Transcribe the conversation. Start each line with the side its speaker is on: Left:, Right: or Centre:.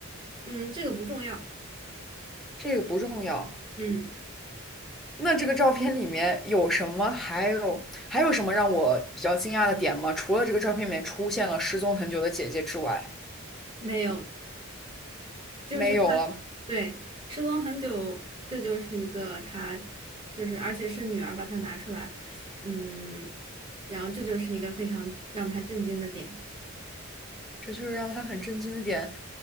Right: 嗯，这个不重要。
Centre: 这个不重要。
Right: 嗯，
Centre: 那这个照片里面有什么？还有还有什么让我比较惊讶的点吗？除了这个照片里面出现了失踪很久的姐姐之外，
Right: 没有，就是她，
Centre: 没有了。
Right: 对，失踪很久，这就是一个她，就是而且是女儿把她拿出来，嗯，然后这就是一个非常让她震惊的点。
Centre: 这就是让他很震惊的点。